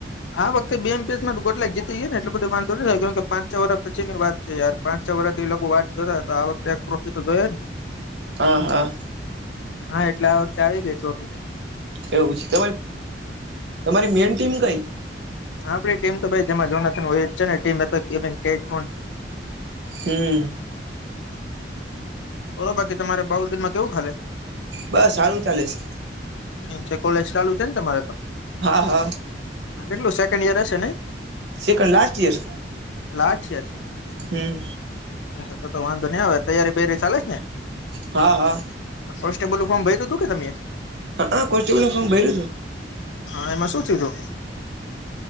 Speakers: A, on the left; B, on the right.
A: આ વખતે બે એમપેચમાં ગોટલેક જીતી ગયો ને એટલો બધો વાંધો ની આયો કેમકે પાંચ છ વરષ પછી ની વાત છે યાર પાંચ છ વરષ થી એ લોકો વાટ જોતા તો આ વખતે ટ્રોફી તો જોઈ જ ને.
B: હા હા.
A: હા એટલે આ વખતે આવી ગય ટ્રોફી.
B: એવું છે ત તમારી મેન ટીમ કઈ?
A: હા આપડી ટીમ તો ભાઈ જેમાં જોના થી હોય જ છે ને ટીમ. એક <unintelligible>
B: હમ
A: બોલો બાકી તમારે બાઉદનમાં કેવુંક હાલે?
B: બસ સારું ચાલે છે.
A: એમ છે કોલેજ ચાલુ છે ને તમારે તો
B: હા હા
A: હ કેટલું સેકન્ડ ઈયર હશે ને
B: સેકન્ડ લાસ્ટ ઈયર
A: લાઠી છે
B: હમ
A: અચ્ા તો વાંધો નહીં આવે તયારીૈયારી ચાલે છે ને
B: હા હા
A: કોન્સ્ટેબલ નું ફોમ ભરયું હતું કે તમે
B: હા હ કોબલ ફોમ ભર્યું
A: હા એમાં શું થયું તું